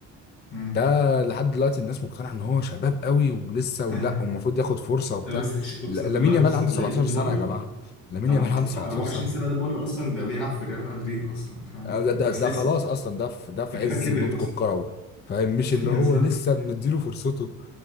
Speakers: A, on the left; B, on the left.
A: أمم.
B: ده لحد دلوقتي الناس مقتنعه ان هو شباب قوي ولسه ولا
A: أيوة.
B: ومفروض ياخد فرصه وبتاع
A: ده بس الش- اقسم
B: ل- لامين
A: بالله بص
B: يامال عنده
A: اللعيب
B: 17
A: ده بره
B: سنه يا جماعه لامين
A: 18
B: يامال عنده 17
A: 24
B: سنه
A: سنه ده بره اصلا ده بيلعب في ريال مدريد اصلا فاهم
B: آه، ده, ده,
A: اساسي
B: ده خلاص اصلا ده في ده في
A: ده
B: عز
A: كده كبر
B: نضجه
A: اصلا
B: الكروي فاهم مش
A: <laughs>
B: اللي
A: بالظبط
B: هو لسه مديله فرصته